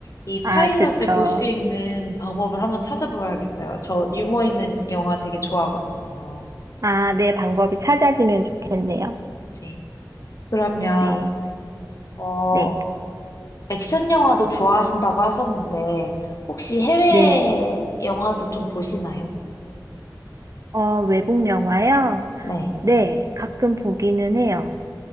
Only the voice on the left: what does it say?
이
파일럿을
볼 수 있는 방법을 한번 찾아봐야겠어요. 저 유머 있는 영화 되게 좋아하거든요.
네. 그러면
어,
액션 영화도 좋아하신다고 하셨는데 혹시 해외
영화도 좀 보시나요?
네.